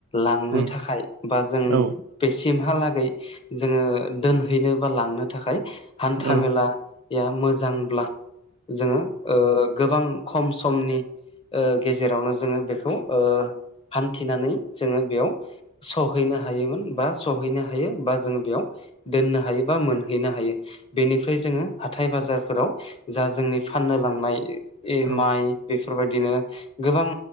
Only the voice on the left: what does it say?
लांनो
थाखाय बा जों
बेसिमहालागै जोङो दोनहैनो बा लांनो थाखाय हान्था-
मेला या मोजांब्ला जोङो गोबां खम समनि गेजेरावनो जोङो बेखौ हान्थिनानै जोङो बेयाव सहैनो हायोमोन बा सहैनो हायो बा जों बेयाव दोननो हायो बा मोनहैनो हायो। बेनिफ्राय जोङो हाथाय-बाजारफोराव जा जोंनि फाननो लांनाय
माइ बेफोरबायदिनो गोबां